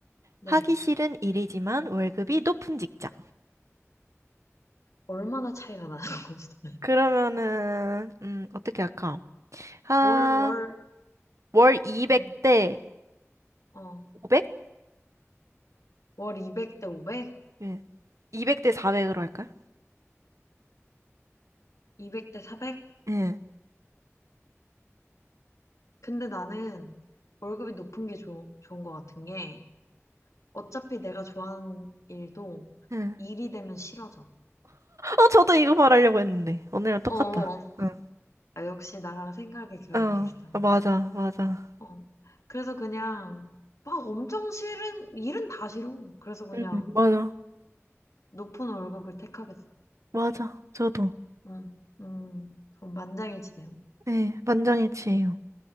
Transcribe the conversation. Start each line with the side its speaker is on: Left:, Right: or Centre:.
Left: 네.
Right: 하기 싫은 일이지만 월급이 높은 직장.
Left: 얼마나 차이가 나는 <laughs> 건지 도
Right: 그러면은, 음, 어떻게 할까? 아,
Left: 월, 월,
Right: 월 200대
Left: 응, 어,
Right: 500?
Left: 월 200대 500?
Right: 예. 200대 400으로 할까요?
Left: 200대 400?
Right: 예.
Left: 근데 나는 월급이 높은 게 좋, 좋은 것 같은 게 어차피 내가 좋아하는 일도
Right: 응.
Left: 일이 되면 싫어져.
Right: 어, 저도 이거 말하려고 했는데. 언니랑 똑같다.
Left: 어, 어.
Right: 응.
Left: 아, 역시 나랑 생각의 결이
Right: 어,
Left: 비슷하군.
Right: 어, 맞아, 맞아.
Left: 어. 그래서 그냥 막 엄청 싫은, 일은 다 싫어. 그래서 그냥
Right: 응 맞아.
Left: 높은 월급을 택하겠어.
Right: 맞아. 저도.
Left: 음, 음, 그럼 만장일치네요.
Right: 네, 만장일치예요.